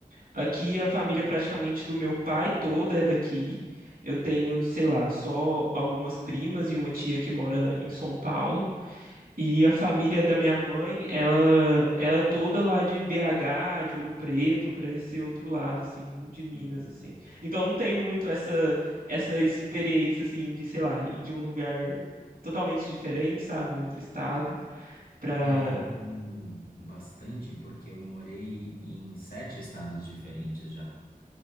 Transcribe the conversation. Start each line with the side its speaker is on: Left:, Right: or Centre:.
Right: Aqui a família praticamente do meu pai toda é daqui. Eu tenho, sei lá, só algumas primas e uma tia que mora em São Paulo. E a família da minha mãe, ela, ela é toda lá de BH, de Ouro Preto, para esse outro lado, assim, de Minas,
Left: <laughs>
Right: assim. Então não tenho muito essa essa experiência, assim, de, sei lá, ir de um lugar totalmente diferente, sabe, um outro estado, pra...
Left: É, eu tenho bastante porque eu morei em sete estados diferentes já.